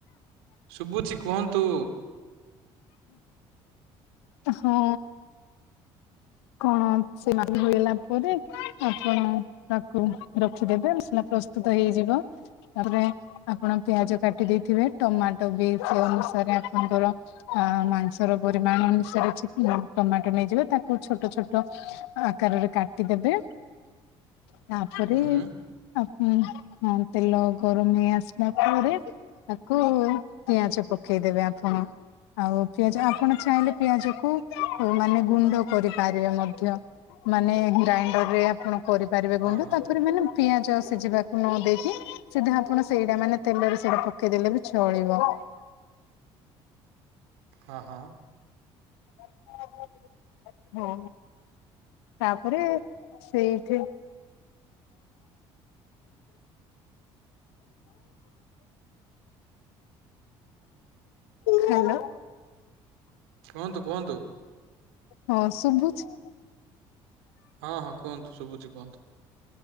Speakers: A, on the right (about 85°); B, on the left (about 80°).
A: ଶୁଭୁଛି କୁହନ୍ତୁ।
B: ହଁ। କଣ <inaudible> ପରେ ଆପଣ ତାକୁ ରଖିଦେବେ। ଆସିଲା ପ ପ୍ରସ୍ତୁତ ହେଇଯିବ। ତା'ପରେ ଆପଣ ପିଆଜ କାଟି ଦେଇଥିବେ। ଟମାଟୋ ବି ସେମ୍ ସ ଥରେ, ଆପଣଙ୍କର ଅ ମାଂସର ପରିମାଣ ଅନୁସାରେ ଚି ଟମାଟୋ ନେଇଯିବେ। ତାକୁ ଛୋଟ, ଛୋଟ ଆକାରରେ କାଟିଦବେ। ତା'ପରେ
A: ହୁଁ ହୁଁ
B: ଆକୁଁ, ହଁ ତେଲ ଗରମ ହେଇ ଆସିଲା ପରେ ତାକୁ-ଉ ପିଆଜ ପକେଇ ଦେବେ ଆପଣ। ଆଉ ପିଆଜ ଆପଣ ଚାହିଁଲେ, ପିଆଜ କୁ ମାନେ ଗୁଣ୍ଡ କରିପାରିବେ ମଧ୍ୟ। ମାନେ ଗ୍ରାଇଣ୍ଡରରେ ଆପଣ କରିପାରିବେ ଗୁଣ୍ଡ।
A: ହଁ ହଁ
B: ତା'ପରେ ମାନେ ପିଆଜ ସିଝିବାକୁ ନ ଦେଇକି! ସିଧା ଆପଣ ସେଇଟା, ମାନେ ତେଲରେ ସେଇଟା, ପକେଇଦେଲେ ବି ଛଳିବ। <inaudible>
A: ହଁ ହଁ,
B: <inaudible> ହଉ, ତା'ପରେ ସେଇଠେ <inaudible> <inaudible> ହାଲୋ!
A: କୁହନ୍ତୁ, କୁହନ୍ତୁ।
B: ହଁ, ଶୁଭୁଛି?
A: ହଁ ହଁ, କୁହନ୍ତୁ। ଶୁଭୁଛି କୁହନ୍ତୁ